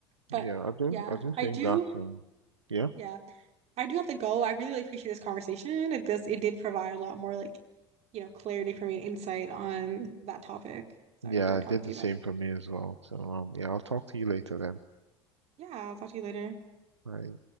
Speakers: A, on the right; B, on the right.
A: But
B: Yeah, I do.
A: yeah,
B: I do
A: I
B: think
A: do,
B: that's um, yeah,
A: yeah, I do have to go. I really, appreciate this conversation. It does, it did provide a lot more like, you know, clarity for me and insight on that topic. So
B: yeah.
A: I enjoyed
B: I
A: talking
B: did
A: to
B: the
A: you
B: same
A: about it.
B: for me as well. So um, yeah, I'll talk to you later then.
A: Yeah, I'll talk to you later.
B: Bye.